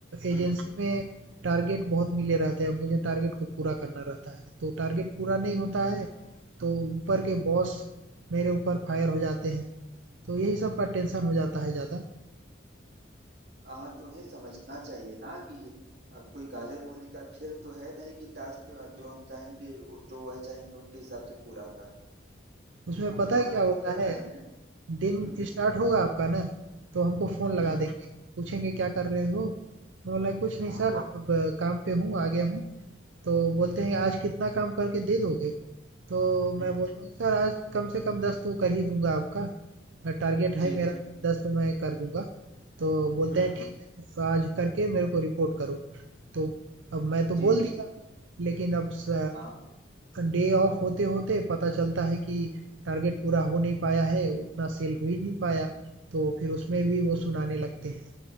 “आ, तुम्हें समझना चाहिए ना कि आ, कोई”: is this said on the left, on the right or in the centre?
Right